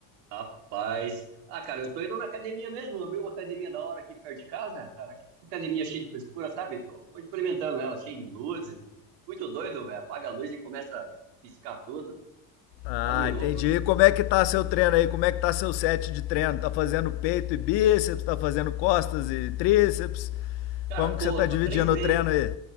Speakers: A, on the right (about 85°); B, on the left (about 65°).
A: Rapaz. Ah, cara, eu tô indo na academia mesmo. Eu abri uma academia da hora aqui perto de casa, cara. Que academia cheia de frescura, sabe? Tô, tô experimentando ela, cheia de luzes. Muito doido, velho. Apaga a luz e começa a piscar tudo.
B: Ah,
A: Bagulho
B: entendi.
A: louco.
B: E como é que tá seu treino aí? Como é que tá seu set de treino? Tá fazendo peito e bíceps? Tá fazendo costas e tríceps?
A: Cara,
B: Como
A: tô,
B: que você tá
A: tô
B: dividindo
A: há três meses.
B: o treino aí?